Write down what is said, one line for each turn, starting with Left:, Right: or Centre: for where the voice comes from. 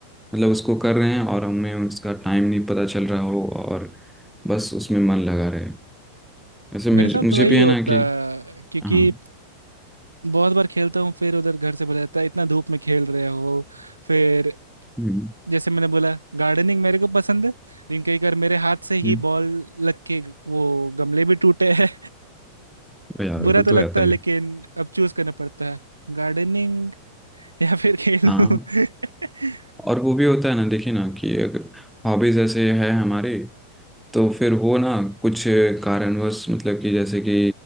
Centre: मतलब उसको कर रहे हैं और हमें उसका टाइम नहीं पता चल रहा हो और बस उसमें मन लगा रहे वैसे मुझे
Right: मेरे साथ
Centre: मुझे
Right: तो वही
Centre: भी है
Right: होता
Centre: ना कि
Right: है, क्योंकि
Centre: हाँ
Right: बहुत बार खेलता हूँ फिर उधर घर से बोला जाता है इतना धूप में खेल रहे हो फिर
Centre: हम्म
Right: जैसे मैंने बोला गार्डनिंग मेरे को पसंद है लेकिन कई बार मेरे हाथ से ही
Centre: हम्म,
Right: बॉल लग के वो गमले भी टूटे हैं <laughs>
Centre: वो यार
Right: बुरा
Centre: वो
Right: तो
Centre: तो
Right: लगता
Centre: आता
Right: है लेकिन
Centre: ही
Right: अब चूज करना पड़ता है गार्डनिंग या फिर खेलूं
Centre: हाँ
Right: <laughs>
Centre: और वो भी होता है ना देखिए ना कि अगर हॉबीज ऐसे है हमारे तो फिर वो ना कुछ कारणवश मतलब कि जैसे कि